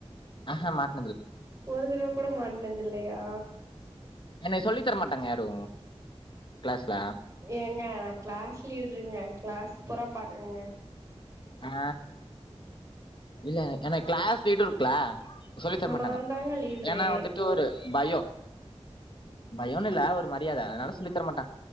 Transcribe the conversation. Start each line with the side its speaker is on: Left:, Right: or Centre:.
Left: ஆஹ மாட்
Right: ஒரு தடவ கூட மாட்னதில்லையா
Left: என்னைய சொல்லி தரமாட்டாங்க யாரு கிளாஸ்ல
Right: ஏங்க நா கிளாஸ் லீடருங்க கிளாஸ் பூரா பாக்குங்க
Left: ஆ இல்ல என எனக் கிளாஸ் லீடர் இருக்குல சொல்லி தரமாட்டாங்க
Right: நா தாங்க லீட்ரு
Left: ஏனா வந்துட்டு ஒரு பயோ பயோன் இல்ல ஒரு மரியாத அதனால சொல்லித்தரமாட்